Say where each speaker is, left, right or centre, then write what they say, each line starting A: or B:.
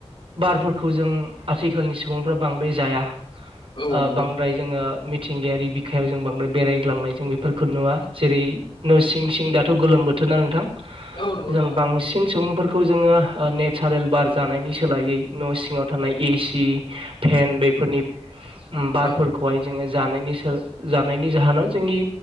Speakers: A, on the right (about 55°); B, on the left (about 50°).
A: बारफोरखौ जों आथिखालनि सुबुंफ्रा बांद्राय जाया।
B: औ
A: ओ
B: औ नंगौ
A: बांद्राय जोङो मिथिंगायारि बिखायाव जों बांद्राय बेरायग्लांनाय जों बेफोरखौ नुवा जेरै न' सिं सिं दाथ' गोलोम बोथोर ना नोंथां
B: औ नंगौ
A: जों
B: नोंथां
A: बांसिन सुबुंफोरखौ जोङो ओ नेचारेल बार जानायनि सोलायै न' सिङाव थानाय ए सि फेन बेफोरनि उम बारफोरखौहाय
B: औ
A: जोङो जानायनि सो जानायनि जाहोनाव जोंनि